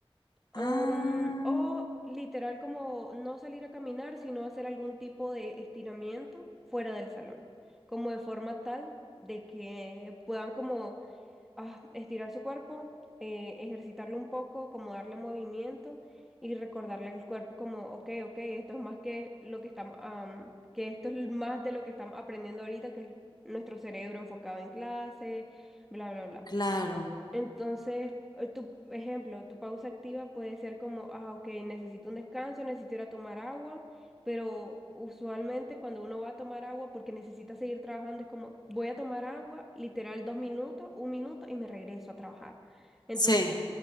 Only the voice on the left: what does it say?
Ah,
claro.
Sí.